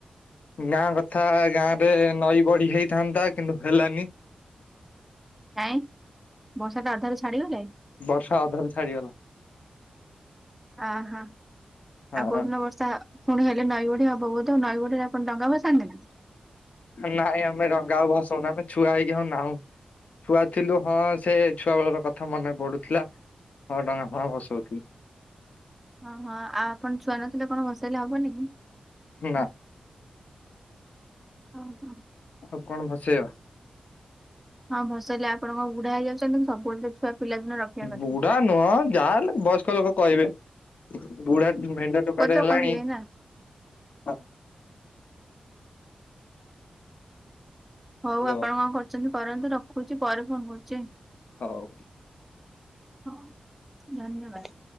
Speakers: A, on the left; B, in the centre.
A: ଉଁ ଗାଁ କଥା ଗାଁ ରେ ନଈବଢି ହେଇଥାନ୍ତା କିନ୍ତୁ ହେଲାନି।
B: କାଇଁ ବର୍ଷା ଟା ଅଧାରୁ ଛାଡିଗଲାଣି
A: ବର୍ଷା ଅଧାରୁ ଛାଡିଗଲା।
B: ଆଁ ହାଁ।
A: ହଁ
B: ଆଉ କୋଉ ଦିନ ବର୍ଷା ଆ ପୁଣି ହେଲେ ନଈବଢି ହବ ବୋଧେ ଆଉ ନଈବଢିରେ ଆପଣ ଡଙ୍ଗା ଭସାନ୍ତି ନା?
A: ନାଇଁ ଆମେ ଡଙ୍ଗା ଆଉ ଭସଉନୁ ଆମେ ଛୁଆ ହେଇକି ଆଉ ନାଁଉ। ଛୁଆ ଥିଲୁ ହଁ ସେ ଛୁଆ ବେଳର କଥା ମନେ ପଡୁଥିଲା। ହଁ ଡଙ୍ଗା ଫଙ୍ଗା ଭସଉ ଥିଲୁ।
B: ହଁ ହଁ ଆଉ ଆପଣ ଛୁଆ ନଥିଲେ କଣ ଭସେଇଲେ ହବନି କି?
A: ହୁଁ ନାଁ।
B: ଓ ହୋ।
A: ଆଉ କଣ ଭସେଇବା?
B: ହଁ ଭସେଇଲେ ଆପଣଙ୍କ ବୁଢା ହେଇଯାଉଛନ୍ତି କିନ୍ତୁ ସବୁବେଳେ ଛୁଆ ପିଲା ଦିନ ରଖିବା କଥା
A: ବୁଢା
B: ହୁଁ।
A: ନୁହଁ ଯାହା ହେଲେ ବୟସ୍କ ଲୋକ କହିବେ ବୁଢା ଭେଣ୍ଡା ଟୋକାଟେ
B: ତ
A: ହେଲାଣି
B: କହିବେ ନା
A: ହଁ।
B: ହଉ
A: ହଲୋ
B: ଆପଣ କଣ କରୁଛନ୍ତି କରନ୍ତୁ ରଖୁଛି ପରେ ଫୋନ୍ କରୁଛି।
A: ହଉ।
B: ହଁ ଧନ୍ୟବାଦ୍।